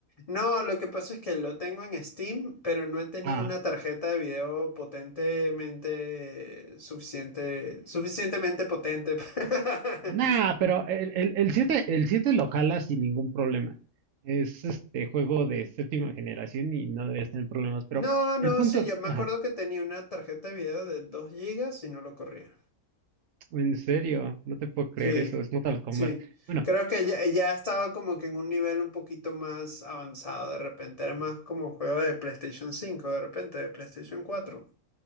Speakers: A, on the left (about 75°); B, on the right (about 70°).
A: No, lo que pasa es que lo tengo en Steam, pero no he tenido
B: Ah,
A: una tarjeta de video potentemente suficiente, suficientemente potente <laughs> para,
B: nah, pero el, el, el 7, el 7 lo jala sin ningún problema. Es este juego de séptima generación y no debes tener problemas. Pero
A: No, no,
B: el punto,
A: sí, yo me
B: ajá,
A: acuerdo que tenía una tarjeta de video de 2 gigas y no lo corría.
B: en serio, no te puedo creer
A: Sí,
B: eso, es Mortal Kombat.
A: sí.
B: Bueno,
A: Creo que ya, ya estaba como que en un nivel un poquito más avanzado. De repente era más como un juego de PlayStation cinco. de repente de PlayStation cuatro.